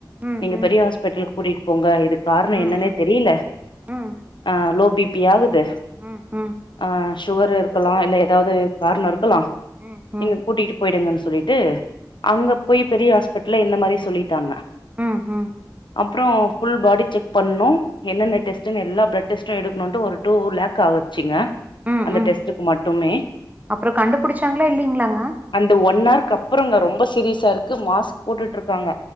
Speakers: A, on the right; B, on the left.
A: ம்
B: நீங்க
A: ம்
B: பெரிய ஹாஸ்பிட்டலுக்கு கூட்டிட்டு போங்க இதுக்கு காரணோ
A: ம்
B: என்னன்னே தெரியல
A: ம்
B: ஆ லோ பி பி ஆகுது
A: ம் ம்
B: ஆ சுகர் இருக்கலா இல்ல ஏதாவது காரணோ இருக்கலா
A: ம் ம்
B: நீங்க கூட்டிட்டு போயிடுங்கன்னு சொல்லிட்டு அங்க போய் பெரிய ஹாஸ்பிட்டல்ல இந்த மாரி சொல்லிட்டாங்க
A: ஆ ஆ
B: அப்பறோ ஃபுல் பாடி செக் பண்ணணு என்னென்ன டெஸ்டுன்னு எல்லா பிளட் டெஸ்ட்டு எடுக்கனுன்ட்டு ஒரு டூ லேக் ஆகுச்சிங்க
A: ம்
B: அந்த
A: ம்
B: டெஸ்ட்டுக்கு மட்டுமே
A: அப்புறோ கண்டுபுடிச்சாங்களா இல்லைங்களாங்க
B: அந்த ஒன் அவர்க்கு அப்பறங்க ரொம்ப சீரியஸா இருக்கு மாஸ்க் போட்டுட்டு இருக்காங்க